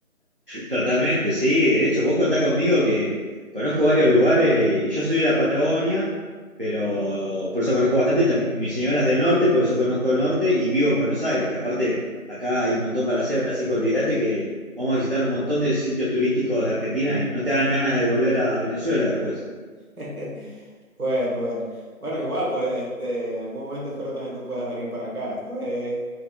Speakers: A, on the right; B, on the right.
A: Totalmente, sí. De hecho, vos contá conmigo que conozco varios lugares y yo soy de la Patagonia, pero por eso conozco bastante. Tam- Mi señora es del norte, por eso conozco el norte y vivo en Buenos Aires, que aparte acá hay un montón para hacer, así que olvídate que vamos a visitar un montón de sitios turísticos de Argentina y no te dan ganas de volver a Venezuela después.
B: <laughs> Bueno, bueno. Bueno, igual, pues, este, en algún momento espero también tú puedas venir para acá. Esto es